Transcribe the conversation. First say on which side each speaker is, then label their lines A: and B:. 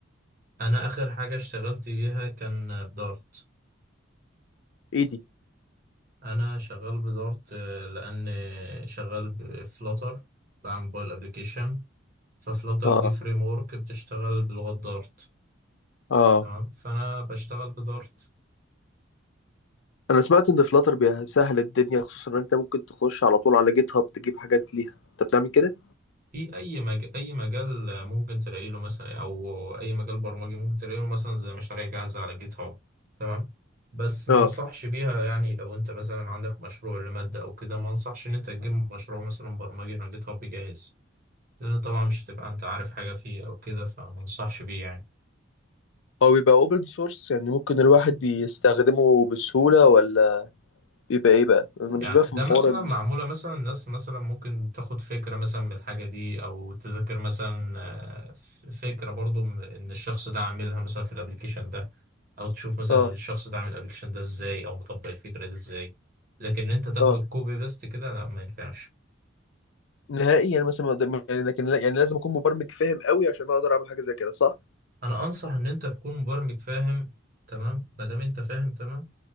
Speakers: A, on the right; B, on the left.
A: انا اخر حاجة اشتغلت بيها كان بدارت
B: ايدي
A: انا شغال بدارت آه، لان شغال بفلاتر بعمل موبايل ابلكيشن ففلاتر
B: اه
A: دي فريم ورك بتشتغل بلغة دارت
B: اه
A: تمام فانا بشتغل بدارت
B: انا سمعت ان فلاتر بيسهل الدنيا خصوصا ان انت ممكن تخش على طول على جيت هاب تجيب حاجات ليها انت بتعمل كده
A: في اي مج... اي مجال ممكن تلاقي له مثلا او اي مجال برمجي ممكن تلاقي له مثلا زي مشاريع جاهزه على جيت هاب تمام بس ما
B: اه
A: انصحش بيها يعني لو انت مثلا عندك مشروع لماده او كده ما انصحش ان انت تجيب مشروع مثلا برمجي على جيت هاب جاهز لان طبعا مش هتبقى انت عارف حاجه فيه او كده فما انصحش بيه يعني
B: هو بيبقى اوبن سورس يعني ممكن الواحد يستخدمه بسهولة ولا بيبقى ايه بقى انا
A: يعني
B: مش بفهم
A: ده
B: حوار
A: مثلا
B: ال...
A: معمولة مثلا الناس مثلا ممكن تاخد فكرة مثلا من الحاجة دي أو تذاكر مثلا آه، ف- فكرة برضو م- إن الشخص ده عاملها مثلا في الأبليكيشن ده أو تشوف مثلا
B: اه
A: الشخص ده عامل الأبليكيشن ده إزاي أو مطبق الفكرة دي إزاي لكن إن أنت تاخده
B: اه
A: كوبي بيست كده لا ما ينفعش
B: نهائي يعني مثلا ما قدام- يعني لكن لا- يعني لازم اكون مبرمج فاهم قوي عشان اقدر اعمل حاجة زي كده صح
A: أنا أنصح إن أنت تكون مبرمج فاهم تمام ما دام أنت فاهم تمام